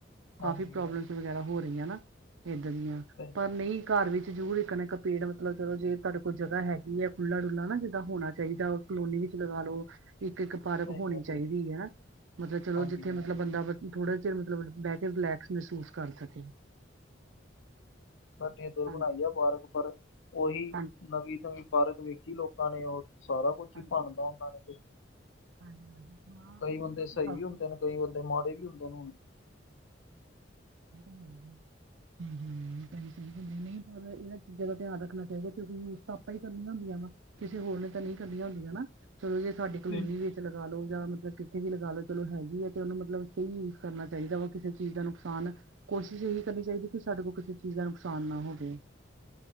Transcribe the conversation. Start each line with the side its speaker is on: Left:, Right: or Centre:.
Right: ਕਾਫੀ
Left: ਹਾਂਜੀ
Right: ਪ੍ਰੋਬਲਮਸ
Left: ਹਾਂਜੀ
Right: ਵਗੈਰਾ ਹੋ ਰਹੀਆਂ ਨਾ ਏਦਾਂ ਦੀਆਂ
Left: ਸਹੀ ਗੱਲ
Right: ਪਰ ਨਹੀਂ। ਘਰ ਵਿੱਚ ਜ਼ਰੂਰ ਇੱਕ ਨਾ ਇੱਕ ਪੇੜ ਮਤਲਬ ਜਦੋ ਜੇ ਤੁਹਾਡੇ ਕੋਲ ਜਗ੍ਹਾ ਹੈਗੀ ਹੈ ਖੁੱਲਾ -ਡੁੱਲਾ ਨਾ ਜਿੱਦਾਂ ਹੋਣਾ ਚਾਹੀਦਾ। ਕਲੋਨੀ ਵਿੱਚ ਲਗਾ ਲੋ ਇੱਕ ਇੱਕ ਪਾਰਕ
Left: ਸਹੀ
Right: ਹੋਣੀ
Left: ਗੱਲ
Right: ਚਾਹੀਦੀ
Left: ਜੀ,
Right: ਏ। ਮਤਲਬ ਚਲੋ
Left: ਹਾਂਜੀ
Right: ਜਿੱਥੇ
Left: ਹਾਂਜੀ
Right: ਮਤਲਬ ਬੰਦਾ, ਥੋੜਾ ਚਿਰ ਮਤਲਬ ਬਹਿ ਕੇ ਰਿਲੈਕਸ ਮਹਿਸੂਸ ਕਰ ਸਕੇ।
Left: ਸਾਡੇ ਦੂਰ
Right: ਹਾਂਜੀ
Left: ਬਣਾਈ ਆ ਪਾਰਕ ਪਰ ਉਹੀ
Right: ਹਾਂਜੀ
Left: ਨਵੀਂ -ਨਵੀਂ। ਪਾਰਕ ਵੇਖੀ ਲੋਕਾਂ ਨੇ ਉਹ ਸਾਰਾ ਕੁਛ
Right: ਹਾਂਜੀ
Left: ਹੀ ਭਣਦਾ ਉਹਨਾਂ ਨੇ ਤੇ।
Right: ਹਾਂਜੀ -ਹਾਂਜੀ
Left: ਕਈ ਬੰਦੇ ਸਹੀ
Right: ਸੁ ਕਰਦੇ
Left: ਵੀ ਹੁੰਦੇ
Right: ਹੋ <inaudible>
Left: ਨੇ ਕਈ ਬੰਦੇ ਮਾੜੇ ਵੀ ਹੁੰਦੇ ਨੇ ਹੁਣ। <inaudible>
Right: ਹੈ ਹੈ ਹਮ ਹਮ ਤਾਂ ਹੀ ਸਹੀ ਹੁੰਦੇ ਨਹੀਂ। ਪਰ ਇਹਨਾਂ ਚੀਜ਼ਾਂ ਦਾ ਧਿਆਨ ਰੱਖਣਾ ਚਾਹੀਦਾ ਕਿਉਂਕਿ ਯੂਜ਼ ਤਾਂ ਆਪਾਂ ਹੀ ਕਰਨਨੀਆ ਹੁੰਦੀਆਂ ਵਾ। ਕਿਸੇ ਹੋਰ ਨੇ ਤਾਂ ਨਹੀਂ ਕਰਨੀਆਂ ਹੁੰਦੀਆਂ ਨਾ ਚਲੋ ਜੇ ਸਾਡੀ ਕਲੋਨੀ
Left: ਜੀ।
Right: ਵਿੱਚ ਲਗਾ ਲਓ। ਜਾਂ ਮਤਲਬ, ਵੀ ਲਗਾ ਲੋ ਚਲੋ ਹੈਗੀ ਹੈ ਤੇ ਉਹਨੂੰ ਮਤਲਬ ਸਹੀ ਯੂਜ ਕਰਨਾ ਚਾਹੀਦਾ। ਵਾ ਕਿਸੇ ਚੀਜ਼ ਦਾ ਨੁਕਸਾਨ ਕੋਸ਼ਿਸ਼ ਇਹੀ ਕਰਨੀ ਚਾਹੀਦੀ ਕਿ ਸਾਡੇ ਕੋਲ ਕਿਸੇ ਚੀਜ਼ ਦਾ ਨੁਕਸਾਨ ਨਾ ਹੋਵੇ।